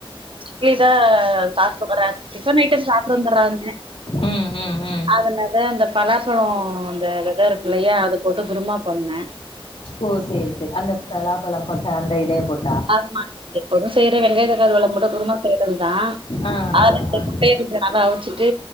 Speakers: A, on the right; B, on the left.
A: இட்லிதா சாப்ட்டுருக்கறாரு டிபன் ஐட்டம் சாப்ட்டு வந்தராருங்க
B: ம் ம் ம்
A: அதனாத இந்த பலாப்பழோ இந்த வெத இருக்குல்லையா அது போட்டு குருமா பண்ண
B: ஓ சேரி செரி அந்த பெலாப்பழ கொட்ட அந்த இதையே போட்
A: <inaudible> எப்போது செய்ற வெங்காய தக்காளி கொழம்பு போட்டு குருமா செய்றதுதா
B: ஆ
A: <unintelligible>
B: ஆ ஆ
A: முட்டைய கொஞ்ச நல்லா அவிச்சிட்டு